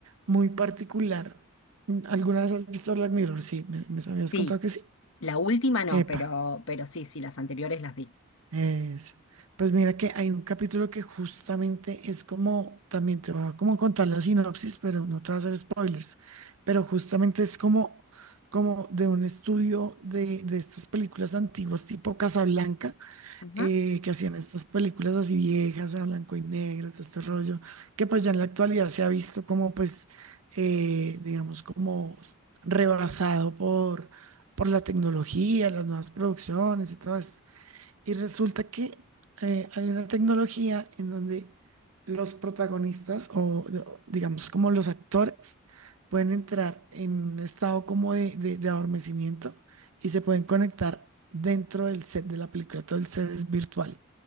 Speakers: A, on the right; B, on the left.
A: muy particular. ¿Alguna vez has visto Black Mirror? Sí, me, me habías
B: Sí,
A: contado que sí.
B: la última no,
A: Epa.
B: pero, pero sí, sí, las anteriores las vi.
A: Es, pues mira que hay un capítulo que justamente es como, también te voy a como contar la sinopsis, pero no te voy a hacer spoilers, pero justamente es como, como de un estudio de, de estas películas antiguas tipo Casablanca,
B: Ajá,
A: eh, que hacían estas películas así viejas, a blanco y negro, todo este rollo, que pues ya en la actualidad se ha visto como pues, eh, digamos, como rebasado por, por la tecnología, las nuevas producciones y todo esto. Y resulta que eh, hay una tecnología en donde los protagonistas o de- o digamos como los actores pueden entrar en un estado como de, de- de adormecimiento y se pueden conectar dentro del set de la película. Todo el set es virtual.